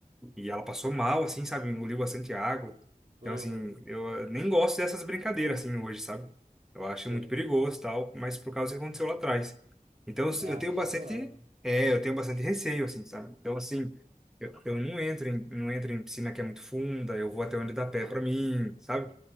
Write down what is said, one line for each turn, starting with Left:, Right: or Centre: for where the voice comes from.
Centre: e ela passou mal, assim, sabe? Engoliu bastante água. Então,
Right: Uhum.
Centre: assim, eu eh, nem gosto dessas brincadeiras, assim, hoje, sabe? Eu acho
Right: Sei.
Centre: muito perigoso, tal, mas por causa do que aconteceu lá atrás. Então,
Right: É,
Centre: eu
Right: acho
Centre: tenho bastante,
Right: zoado.
Centre: é, eu tenho bastante receio, assim, sabe? Então, assim, eu, eu não entro em, não entro em piscina que é muito funda, eu vou até onde dá pé pra mim, sabe?